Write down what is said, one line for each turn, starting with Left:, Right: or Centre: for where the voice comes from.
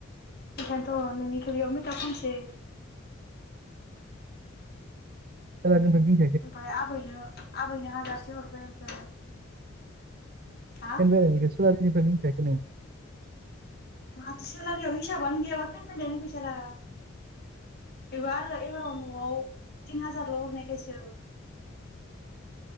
Left: बेखायनोथ' नोंनिखौ बेयाव मेकाप खामनोसै
Right: सेलारिनो मोनगोन
Left: ओमफ्राय आबैनो आबैनो हाजारसे हरबाय ओमफ्राय हा
Right: ओमबा नोङो सेलारिनिफ्राय दोनखायाखै नोङो
Left: आं सेलारियाव हिसाबानो गैयाबा फोरमायनायनि फैसा रा बेबो आरो एबाराव न'आव थिन हाजारल' हरनायखायसो